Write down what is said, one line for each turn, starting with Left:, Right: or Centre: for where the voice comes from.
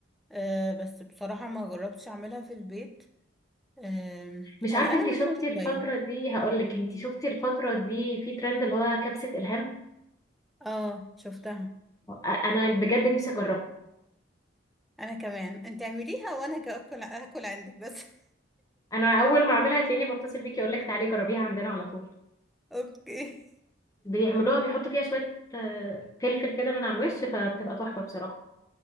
Centre: أه بس بصراحة ما جربتش أعملها في البيت آم،
Left: مش
Centre: قلقانة
Left: عارفه انت شفتي
Centre: منها
Left: الفتره
Centre: شوية
Left: دي هقول لك انت شفتي الفتره دي في ترند اللي هو كبسه الهام
Centre: اه شفتها
Left: أ- انا بجد نفسي اجربها
Centre: أنا كمان أنت اعمليها وأنا هاجي أكل أكل عندك بس <laughs>
Left: انا اول ما اعملها هتلاقيني بتصل بيكي اقول لك تعالي جربيها عندنا على طول
Centre: أوكي
Left: بيعملوها بيحطوا فيها شوية آه، فلفل كده من على الوش فبتبقى تحفة بصراحة